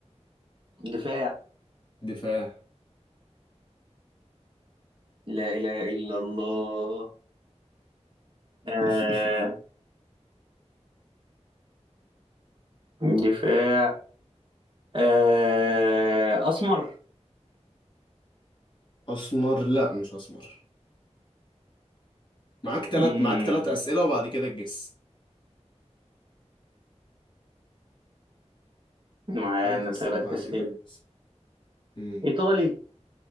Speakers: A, on the right; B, on the left.
A: دفاع
B: دفاع
A: لا اله الا الله آه،
B: <laughs>
A: دفاع آه، اسمر
B: اسمر لا مش اسمر معاك تلات
A: مم،
B: معاك تلات اسئله وبعد كده تجس
A: معانا
B: تلات اسئله
A: ثلاث
B: وبعد
A: اسئله
B: كده تجس امم
A: ايطالي